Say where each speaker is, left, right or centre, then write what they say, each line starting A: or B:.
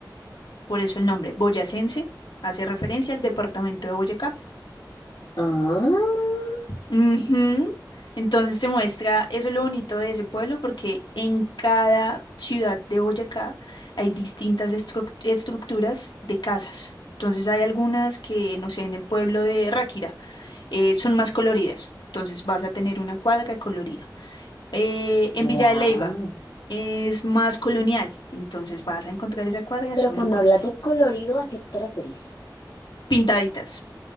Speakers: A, on the left (about 80°); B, on the left (about 60°).
A: Por eso el nombre, Boyacense, hace referencia al departamento de Boyacá.
B: Ah,
A: Ujú. Entonces se muestra, eso es lo bonito de ese pueblo, porque en cada ciudad de Boyacá hay distintas estruc- estructuras de casas. Entonces hay algunas que, no sé, en el pueblo de Ráquira eh, son más coloridas. Entonces vas a tener una cuadra colorida. Eh, en Villa
B: wow.
A: de Leyva es más colonial. Entonces vas a encontrar esa cuadra
B: Pero
A: solo
B: cuando
A: colonial.
B: hablas de colorido, ¿a qué te referís?
A: Pintaditas.